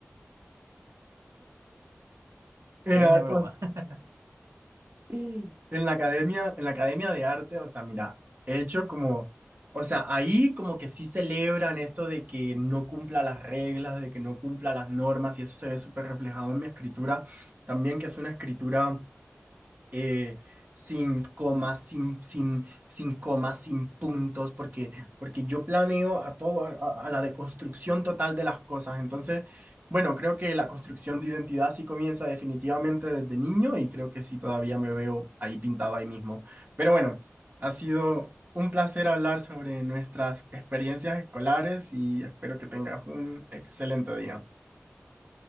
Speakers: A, on the right; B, on the right.
A: Era-
B: Pequeña broma. <laughs>
A: Mm. En la academia, en la academia de arte, o sea, mira, he hecho como, o sea, ahí como que sí celebran esto de que no cumpla las reglas, de que no cumpla las normas, y eso se ve súper reflejado en mi escritura, también que es una escritura eh, sin comas, sin, sin, sin comas, sin puntos, porque, porque yo planeo a todo, a, a- a la deconstrucción total de las cosas. Entonces, bueno, creo que la construcción de identidad sí comienza definitivamente desde niño y creo que sí todavía me veo ahí pintado ahí mismo. Pero bueno, ha sido un placer hablar sobre nuestras experiencias escolares y espero que tengas un excelente día.